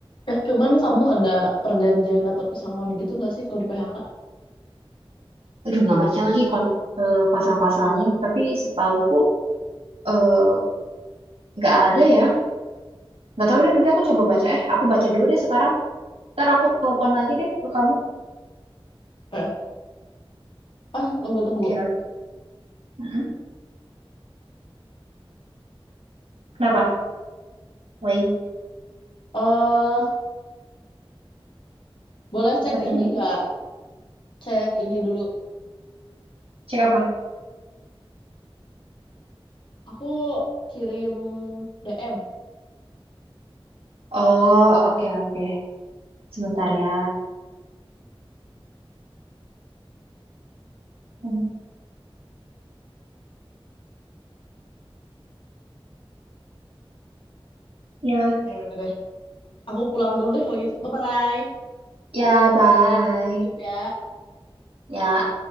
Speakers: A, on the left; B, on the right.
A: Eh, cuman kamu ada perjanjian dapat pesangon gitu nggak sih kalau di PHK?
B: aduh nggak baca lagi kon eh, pasal-pasalnya tapi setauku eh, nggak ada ya nggak tahu deh nanti aku coba baca eh aku baca dulu deh sekarang ntar aku telepon lagi deh ke kamu
A: Eh, ah, tunggu tunggu.
B: oke oke Mm-mm. kenapa Woi
A: eh boleh cek
B: apa tuh
A: ini nggak? Cek ini dulu.
B: cek apa
A: Aku kirim DM.
B: oh oke oke sebentar ya Mm. ya
A: Ya udah deh. Aku pulang dulu deh kalau gitu. Bye-bye.
B: ya bye
A: Tutup ya.
B: ya